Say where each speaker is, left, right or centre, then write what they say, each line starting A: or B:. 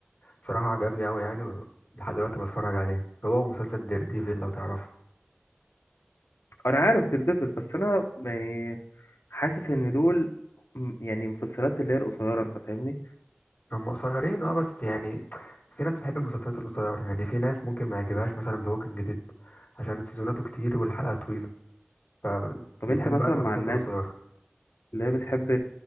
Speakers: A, on the left; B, on the left.
A: بصراحه عجبني قوي يعني و- لحد دلوقتي بتفرج عليه هو مسلسل دير ديفل لو تعرفه
B: انا عارف دير ديفل بس انا يعني حاسس ان دول م- يعني مسلسلات اللي هي القصيره انت فاهمني
A: هم قصيرين اه بس يعني في ناس بتحب المسلسلات القصيره يعني في ناس ممكن ما يعجبهاش مثلا ذا ووكينج ديد عشان سيزوناته كتير والحلقه طويله فبتحب
B: طب انت مثلا
A: بقى المسلسلات
B: مع الناس
A: القصيره
B: اللي هي بتحب